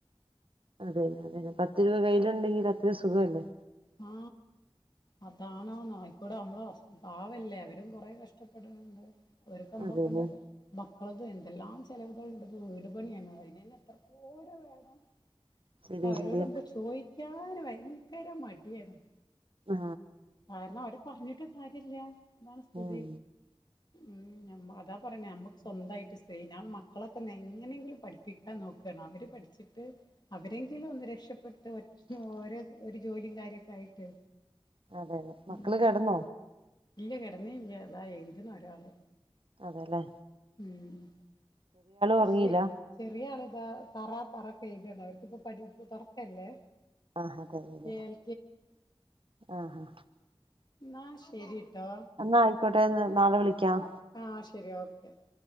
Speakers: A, on the right (about 60°); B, on the left (about 45°).
A: അതേന്ന അതേന്ന പത്ത് രൂപ കയ്യിലുണ്ടെങ്കിൽ <unintelligible> സുഖ അല്ലേ
B: ആ അതണോ നായിക്കൂട നമ്മള ഉം പാവല്ലേ അവരും കൊറെ കഷ്ടപ്പെടുന്നുണ്ട് അവര്ക്ക് നമ്മളെ
A: അതന്നെ
B: കൊണ്ട് മ മക്കളും എന്തെല്ലാം ചെലവുകൾ ഉണ്ടെന്ന് വീട് പണിയാണ് അതിനന്നെ എത്ര പോര വേണം
A: ശരി
B: അപ്പൊ അവരോട്
A: ശരിയാ
B: നമുക്ക് ചോയ് ഞാന് ഭയങ്കര മ <unintelligible>
A: ആ
B: കാരണം അവര് പറഞ്ഞിട്ട് ആകില്ല <unintelligible> എന്താ സ്ഥിതി
A: ഉം
B: ഉം <unintelligible> അതാ പറയണ നമ്മക്ക് സ്വന്തമായിട്ട് സ്ത്രീ ഞാൻ മക്കള തന്നെ എങ്ങനെങ്കിലും പഠിപ്പിക്കാൻ നോക്കുകയാണ് അവര് പഠിച്ചിട്ട് അവരെങ്കിലും ഒന്ന് രക്ഷപ്പെ <unintelligible> ഓരോ <unintelligible> ജോലിയും കാര്യ <unintelligible> ക്കായിട്ട്
A: അതെ അതെ മക്കള്
B: ഉം
A: കിടന്നോ
B: ഇല്ല കിടന്നേ ഇല്ല അതാ <unintelligible> ഇഒരാള്
A: അതേല്ലേ
B: ഉം എന്നാ
A: ഉറങ്ങിയില്ല
B: ശരി <unintelligible> ചെറിയ ആള് തറാ പററക്കെ എഴുതയാണ് അവർക്കിപ്പ പടി തുറക്കല്ലേ
A: ആഹ് അതല്ലെ
B: എൽ
A: ആഹ ആാ
B: എന്ന ശരിട്ടോ
A: എന്നാ ആയിക്കോട്ടെ നാളെ വിളിക്കാം
B: ആഹ ശരി ഓക്കെ